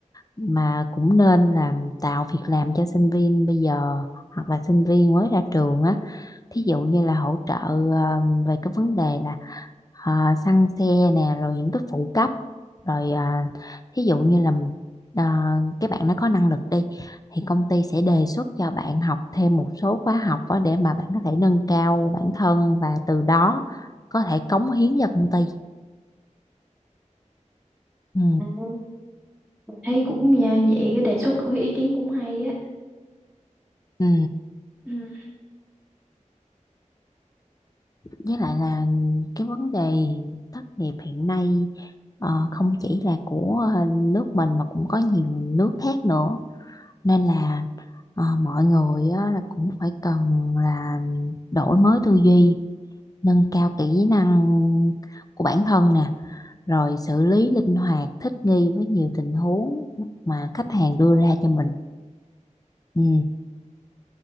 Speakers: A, on the left (about 30°); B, in the centre.
A: mà cũng nên làm tạo việc làm cho sinh viên bây giờ hoặc là sinh viên mới ra trường á thí dụ như là hỗ trợ ờ, về cái vấn đề là ờ, xăng xe nè rồi những cái phụ cấp rồi ờ, thí dụ như là ờ, cái bạn nó có năng lực đi thì công ty sẽ đề xuất cho bạn học thêm một số khóa học đó để mà bạn có thể nâng cao bản thân và từ đó có thể cống hiến cho công ty ừ.
B: À, thấy cũng nha, vậy cái đề xuất cái ý kiến cũng hay á
A: Ừ.
B: Ừ.
A: Với lại là cái vấn đề thất nghiệp hiện nay ờ, không chỉ là của ờ, nước mình mà cũng có nhiều nước khác nữa nên là ờ, mọi người á, là cũng phải cần là đổi mới tư duy nâng cao kỹ năng của bản thân nè rồi xử lý linh hoạt thích nghi với nhiều tình huống mà khách hàng đưa ra cho mình ừ.